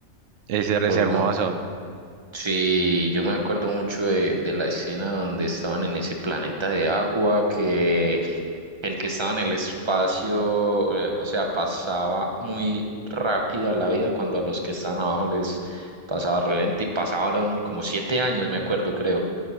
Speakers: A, on the right; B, on the right.
A: es, es
B: Porque,
A: hermoso.
B: como- sí, yo me acuerdo mucho de, de la escena donde estaban en ese planeta de agua que El que estaba en el espacio, eh, o sea, pasaba muy rápida la vida cuando a los que estaban abajo les pasaba re lento y pasaron como siete años, me acuerdo, creo.